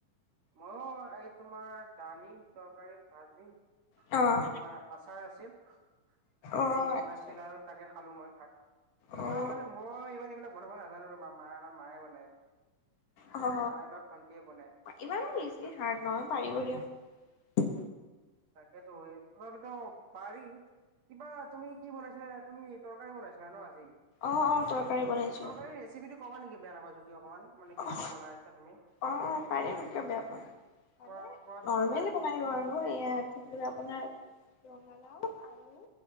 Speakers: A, on the right; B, on the left.
A: মইয়ো এই তোমাৰ দালি, তৰকাৰী, ভাজি
B: অঁ
A: আৰু তোমাৰ আচাৰ আছিল, চ'
B: অঁ
A: সি
B: আচ্ছা
A: বনাইছিল আৰু তাকে খালো মই ভাত,
B: অঁ
A: আমাৰ মানে মই ইমান এইবিলাক বনাব নাজানো ৰ'বা মা মানে মায়ে বনায়।
B: অ
A: মায়ে বা ভন্টিয়ে বনাই
B: ইমানো বেছি হাৰ্ড নহয়। পাৰিব দিয়ক।
A: তাকেইতো এই তথাপিতো পাৰি। কিবা তুমি কি বনাইছিলা তুমি তৰকাৰী বনাইছিলা ন আজি?
B: অ অ তৰকাৰী বনাইছো।
A: তৰকাৰীৰ ৰেচিপিটো কবা নেকি বেয়া নাপাবা যদি অকণমান মানে কেনেকোৱা
B: অ
A: বনাইছা তুমি?
B: অ পাৰিম কিয় বেয়া পাম? মানে
A: কোৱা কোৱাচোন
B: নৰ্মেলি
A: তৰকাৰী ৰেচিপিটো
B: বনালো আৰু এয়া কি কলে আপোনাৰ ৰঙালাও, আলু